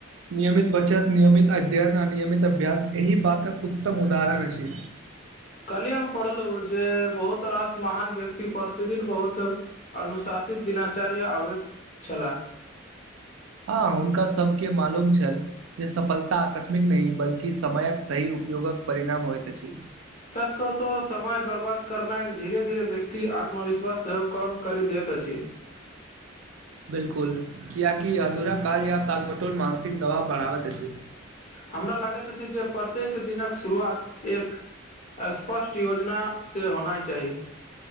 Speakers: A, on the right; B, on the left.
A: नियमित बचत नियमित अध्ययन आ नियमित अभ्यास एहि बातक उत्तम उदाहरण अछि
B: कहली हम पढ़लहु जे बहुत रास महान व्यक्ति प्रतिदिन बहुत अनुशासित दिनाचार्य अबैत छला
A: हँ हुनका सबके मालूम छल जे सफलता आकस्मिक नहि बल्कि समयक सही उपयोगक परिणाम होइत अछि
B: सच कहु तो समय बर्बाद करनाइ धीरे धीरे व्यक्ति आत्मविश्वास सेहो कम करि दैत अछि
A: बिलकुल कियाकि अधूरा कार्य या तालमटोल मानसिक दबाव बढ़ाबैत अछि
B: हमरा लागैत अछि जे प्रत्येक दिनक शुरुआत एक स्पष्ट योजना से होनाइ चाही